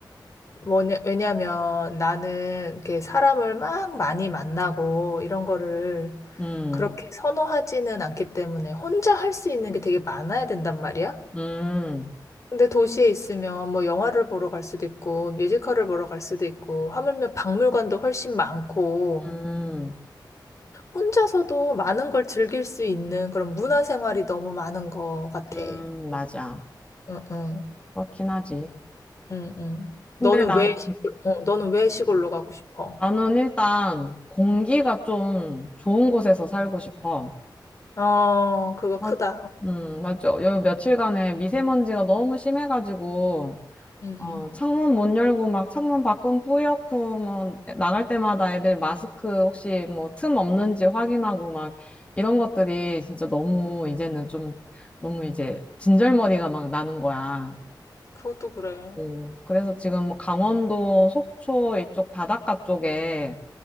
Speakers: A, on the left; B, on the left.
A: 뭐냐, 왜냐면 나는 이렇게 사람을 막 많이 만나고 이런 거를
B: 음,
A: 그렇게 선호하지는 않기 때문에 혼자 할 수 있는 게 되게 많아야 된단 말이야.
B: 음,
A: 근데 도시에 있으면 뭐 영화를 보러 갈 수도 있고 뮤지컬을 보러 갈 수도 있고 하물며 박물관도 훨씬 많고
B: 음,
A: 혼자서도 많은 걸 즐길 수 있는 그런 문화 생활이 너무 많은 것 같아.
B: 음, 맞아.
A: 응, 응,
B: 그렇긴 하지.
A: 응, 응. 너는
B: 근데 나는,
A: 왜 시골, 어, 너는 왜 시골로 가고 싶어?
B: 나는 일단 공기가 좀 좋은 곳에서 살고 싶어.
A: 어, 그거
B: 아,
A: 크다.
B: 음, 맞죠. 요 며칠간에 미세먼지가 너무 심해가지고,
A: 음,
B: 어, 창문 못 열고 막 창문 밖은 뿌옇고, 뭐, 나갈 때마다 애들 마스크 혹시 뭐 틈 없는지 확인하고 막 이런 것들이 진짜 너무 이제는 좀 너무 이제 진절머리가 막 나는 거야.
A: 그것도 그래.
B: 어, 그래서 지금 뭐 강원도 속초 이쪽 바닷가 쪽에